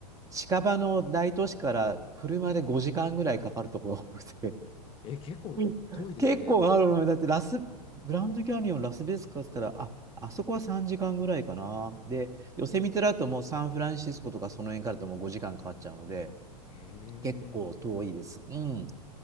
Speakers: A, on the right; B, on the left.
A: 近場の大都市から車で5時間ぐらいかかるところが多くて、
B: え、結構遠いですね。
A: うん結構あるのよ。だってラス、グランドキャニオン、ラスベガスから、あ、あそこは3時間ぐらいかな。で、ヨセミテだともうサンフランシスコとかその辺からだともう5時間かかっちゃうので、
B: へ
A: 結構遠いです。
B: え。
A: うん。